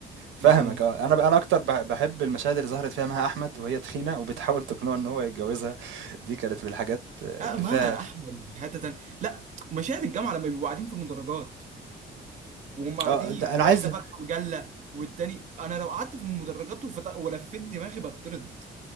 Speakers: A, on the right (about 80°); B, on the right (about 35°).
A: فاهمك
B: يعني
A: اه انا بقى انا اكتر بح- بحب المشاهد اللي ظهرت فيها مها احمد وهي تخينه وبتحاول تقنعه ان هو يتجوزها دي كانت من الحاجات اللي
B: اقمها
A: فيها
B: احمد في حته تانيه لا مشاهد الجامعه لما بيبقوا قاعدين في المدرجات وهم قاعدين
A: اه ده انا
B: واحده
A: عايز
B: فاتحه مجله والتاني انا لو قعدت في المدرجات وفت... ولفيت دماغي بطرد